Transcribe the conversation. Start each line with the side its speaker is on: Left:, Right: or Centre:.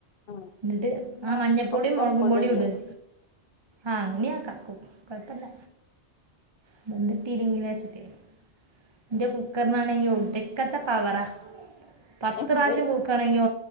Left: ആഹ്
Right: എന്നിട്ട്
Left: ന്നാ
Right: ആ മഞ്ഞപ്പൊടിയും
Left: ഒക്കെ
Right: മൊളകും
Left: ഒപ്പടാ
Right: പൊടിയും
Left: ചെയ്യാ
Right: ഇടും ആഹ് അങ്ങനെയാക്കാം കൊഴപ്പല്ല <unintelligible> കുക്കറിനാണെങ്കിൽ ഒടുക്കത്തെ പവറാ പത്ത്
Left: എന്തേ
Right: പ്രാവശ്യം കുക്ക്- ക്കണെങ്കിൽ